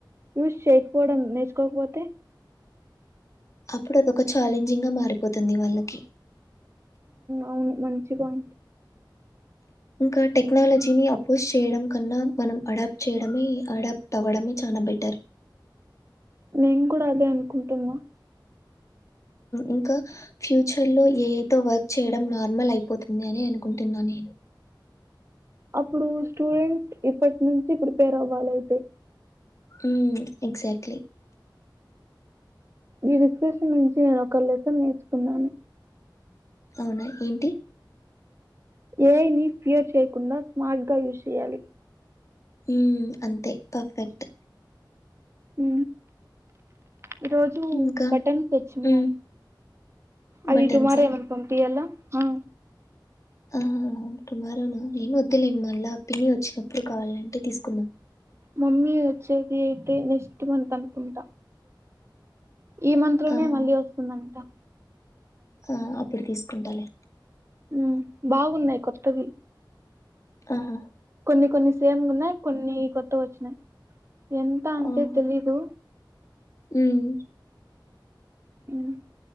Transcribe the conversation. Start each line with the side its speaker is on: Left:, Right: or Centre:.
Right: యూస్ చేయకపోవడం నేర్చుకోకపోతే
Left: అప్పుడు అదొక ఛాలెంజింగ్ గా మారిపోతుంది వాళ్ళకి
Right: అవును మంచి పాయింట్
Left: ఇంకా టెక్నాలజీని అపోస్్ చేయడం కన్నా మనం అడాప్ట్ చేయడమే అడాప్ట్ అవ్వడమే చాల బెటర్
Right: నేను కూడా అదే అనుకుంటున్నా
Left: ఇంకా ఫ్యూచర్ లో ఏద వర్క్ చేయడం నార్మల్ అయిపోతుంది అని అనుకుంటున్నాను నేను
Right: అప్పుడు స్టూడెంట్స్ ఇప్పటి నుంచి ప్రిపేర్ అవ్వాలయితే
Left: హమ్ ఎక్జాక్ట్లీ
Right: ఈ డిస్క్రిప్షన్ నుంచి నేను ఒక లెసన్ నేర్చుకున్నాను
Left: అవునా ఏంటి
Right: ఏఐని ఫియర్ చేయకుండా స్మార్ట్గా యూజ్ చేయాలి
Left: ఉ అంతే పర్ఫెక్ట్
Right: అ ఈ రోజు
Left: ఇంకా?
Right: పటన్స్ వచ్చిన్నాయి
Left: హ్మ్.
Right: అవి
Left: బటన్సా?
Right: టుమారే ఏమనా పంపియల్లా ఆ
Left: ఆ టుమారోనా ఏం వద్దులేం మళ్ళా పిన్ని వచ్చినప్పుడు కావాలంటే తీస్కుందాం.
Right: మమ్మీ వచ్చేది అయితే నెక్స్ట్ మంత్ అనుకుంట ఈ మంత్లోనే
Left: ఆహా!
Right: మళ్ళీ వస్తుందంట.
Left: ఆ అప్పుడు తీస్కుంటాలె.
Right: మ్ బాగున్నయి కొత్తవి
Left: అహా
Right: కొన్ని కొన్ని సేమ్ ఉన్నాయి కొన్ని కొత్తవ్ వచ్చినయి ఎంత అంటే
Left: ఆహా!
Right: తెలీదు.
Left: హ్మ్.
Right: మ్